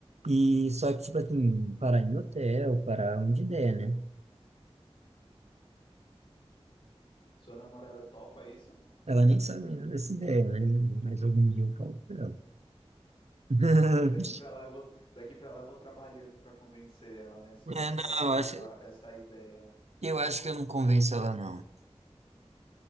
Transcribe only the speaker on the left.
Sua namorada topa isso?
<laughs> Daqui para lá eu vou, daqui para lá eu vou trabalhando para convencer ela, né? Só
topar
essa, essa ideia.